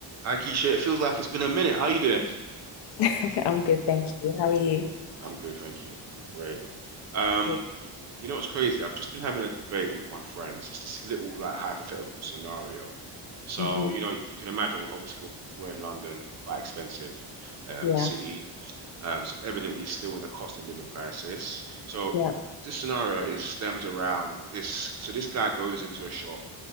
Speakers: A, on the right; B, on the left.
A: Hi, Keisha. It feels like it's been a minute. How you doing?
B: <laughs> I'm good, thank you. How are you?
A: I'm good, thank you. I'm great. Um,
B: Good.
A: you know what's crazy? I've just been having a debate with my friends. It's this little like hypothetical scenario. So,
B: hmm
A: you know, you can imagine obviously we're, we're in London, quite expensive um
B: Yeah,
A: city. Um, so evidently still in a cost of living crisis. So
B: yeah.
A: this scenario is stems around this. So this guy goes into a shop.